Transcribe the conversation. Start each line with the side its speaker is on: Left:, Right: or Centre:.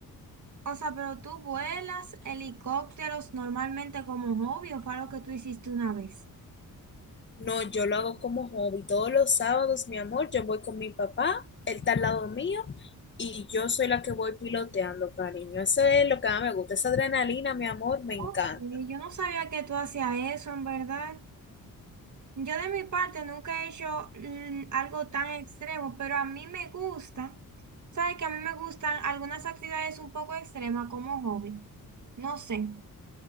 Right: o sea, pero tú vuelas helicópteros normalmente como hobby o fue algo que tú hiciste una vez.
Left: No, yo lo hago como hobby. Todos los sábados, mi amor, yo voy con mi papá, él está al lado mío y yo soy la que voy piloteando, cariño. Eso es lo que más me gusta, esa adrenalina, mi amor, me encanta.
Right: Ok, yo no sabía que tú hacías eso, en verdad. Yo de mi parte nunca he hecho mm, algo tan extremo, pero a mí me gusta, ¿sabes? Que a mí me gustan algunas actividades un poco extremas como hobby. No sé.